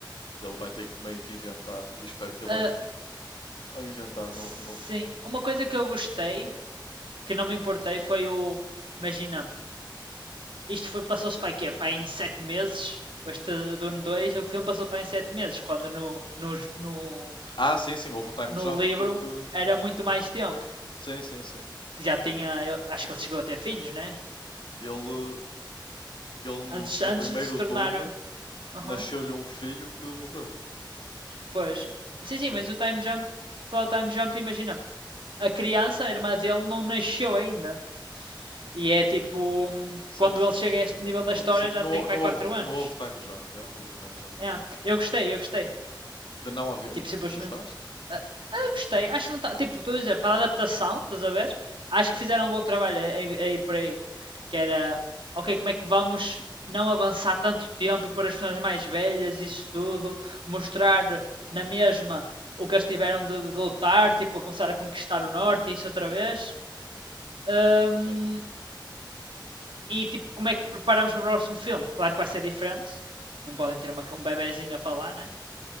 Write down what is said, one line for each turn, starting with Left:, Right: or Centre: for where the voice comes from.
Left: Ele vai ter que meio que inventar e espero que ele
Right: Ah,
Left: a inventar
Right: sim.
Left: no, no- n-
Right: Uma coisa que eu gostei que não me importei foi o. Imagina, isto foi, passou-se para quê? Para em 7 meses? Este Dune 2 o filme passou para em 7 meses, quando no, no, no,
Left: Ah, sim, sim, houve o time
Right: no
Left: jump
Right: livro
Left: porque
Right: era muito mais tempo.
Left: sim, sim, sim.
Right: Que já tinha. eu acho que ele chegou a ter filhos, né?
Left: Ele, ele no,
Right: Antes,
Left: no
Right: antes
Left: primeiro
Right: de se tornar.
Left: Dune
Right: Aham.
Left: nasceu-lhe um filho que morreu.
Right: Pois. Sim,
Left: Sim.
Right: sim, mas o time jump. Falar o time jump, imagina. A criança, a irmã dele, não nasceu ainda. E é tipo. hum,
Left: Certo,
Right: Quando
Left: certo.
Right: ele chega a este
Left: E no,
Right: nível
Left: e
Right: da
Left: no,
Right: história,
Left: sim,
Right: já
Left: não,
Right: tem pai
Left: não houve,
Right: 4 anos.
Left: não houve time jump, já, não houve time jump
Right: É,
Left: nenhum.
Right: eu gostei, eu gostei.
Left: De não haver?
Right: Tipo, simplesmente.
Left: Gostaste?
Right: Ah, ah, gostei. Acho que não tá. Tipo, estou a dizer, para a adaptação, estás a ver? Acho
Left: Sim,
Right: que fizeram um bom trabalho aí, aí por aí. Que era, ok, como é que vamos não avançar tanto tempo e pôr as pessoas mais velhas, isso tudo, mostrar na mesma o que eles tiveram de, de lutar, tipo, a começar a conquistar o norte e isso outra vez. Ahm,
Left: sim.
Right: e tipo, como é que preparamos para o próximo filme? Claro que vai ser diferente, não podem ter uma- um bebezinho a falar, né?